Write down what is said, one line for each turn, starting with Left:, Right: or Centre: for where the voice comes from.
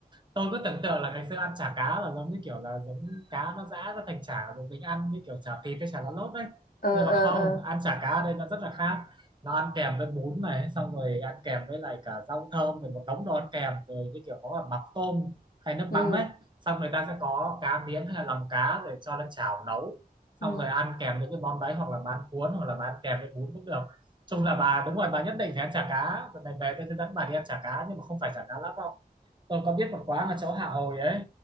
Right: tôi cứ tưởng tượng là ngày xưa ăn chả cá là giống như kiểu là giống cá nó giã ra thành chả rồi mình ăn như kiểu chả thịt hay chả lá lốt đấy
Left: ờ
Right: nhưng
Left: ờ
Right: mà không
Left: ờ
Right: ăn chả cá ở đây nó rất là khác nó ăn kèm với bún này xong rồi ăn kèm với lại cả rau thơm rồi một đống đồ ăn kèm rồi như kiểu có cả mắm tôm hay nước
Left: ừ
Right: mắm ấy xong người ta sẽ có cá miếng hay là lòng cá rồi cho lên chảo nấu
Left: ừ
Right: xong rồi ăn kèm với cái món đấy hoặc là bán cuốn hoặc là bán kèm với bún cũng được chung là bà đúng rồi bà nhất định phải ăn chả cá lần này về tôi sẽ dẫn bà đi ăn chả cá nhưng mà không phải chả cá lóc tôi có biết một quán là chỗ Hạ Hồi ấy